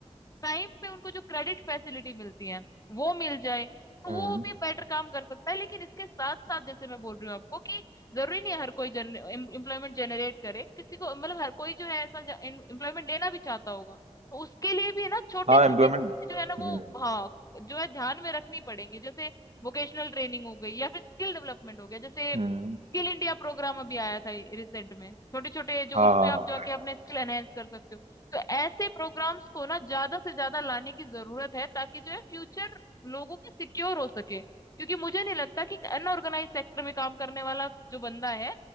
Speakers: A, on the left (about 30°); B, on the right (about 65°).
A: टाइम पे उनको जो क्रेडिट फैसिलिटी मिलती है वो मिल जाए तो
B: हम्म
A: वो भी बेटर काम कर सकता है लेकिन इसके साथ साथ जैसे मैं बोल रही हूँ आपको कि जरूरी नहीं है हर कोई जन एम्प्लॉयमेंट जनरेट करे किसी को मतलब हर कोई जो है ऐसा एम्प्लॉयमेंट लेना भी चाहता होगा तो उसके लिए भी है ना छोटी
B: हाँ
A: छोटी
B: एम्प्लॉयमेंट
A: जो है ना
B: हम्म
A: वो हाँ जो है ध्यान में रखनी पड़ेंगी जैसे वोकेशनल ट्रेनिंग हो गई या फिर स्किल डेवलपमेंट हो गया जैसे
B: हम्म
A: स्किल इंडिया प्रोग्राम अभी आया था रिसेंट में छोटे छोटे जो
B: हाँ
A: उसमें
B: हाँ
A: आप
B: हाँ
A: जाके अपने स्किल एनहेंस कर सकते हो तो ऐसे प्रोग्राम्स को ना ज्यादा से ज्यादा लाने की जरूरत है ताकि जो है फ्यूचर लोगों के सिक्योर हो सके क्योंकि मुझे नहीं लगता कि अनऑर्गेनाइज सेक्टर में काम करने वाला जो बंदा है